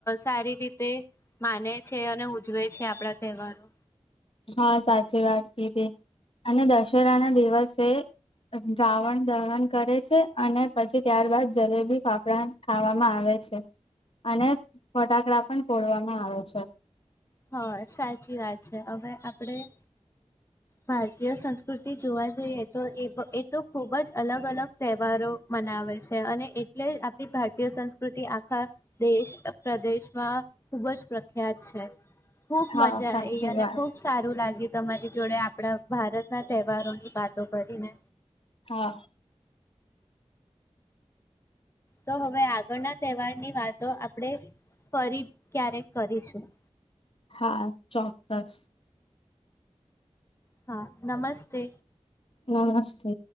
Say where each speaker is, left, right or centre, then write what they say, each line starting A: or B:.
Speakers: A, on the left; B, on the left.
A: સારી રીતે. તે માને છે અને ઉજવે છે આપણા તહેવારો.
B: હા સાચી વાત કીધી અને દશેરા ના દિવસે રાવણ દહણ કરે છે અને પછી ત્યારબાદ જલેબી ફાફડા ખાવામાં આવે છે, અને ફટાકડા પણ ફોડવામાં આવે છે.
A: હ સાચી વાત છે હવે. આપણેે. ભારતીય સંસ્કૃતિ જોવા જઈએ તો એ એ તો ખૂબ જ અલગ અલગ તહેવારો મનાવે છે અને એટલે આપણી ભારતીય સંસ્કૃતિ આખા દેશ પ્રદેશમાં. ખુબ જ પ્રખ્યાત છે, ખુબ
B: હા
A: મજા
B: સાચી
A: એ અને
B: વાત
A: ખુબ સારું લાગ્યું. તમારી જોડે. આપણા ભારત ના તહેવારો. વાતો કરીને.
B: હા
A: તો હવે આગળના તહેવારની વાતો આપણેે ફરી ક્યારેક કરીશું.
B: હા ચોક્કસ.
A: હા નમસ્તે.
B: નમસ્તે.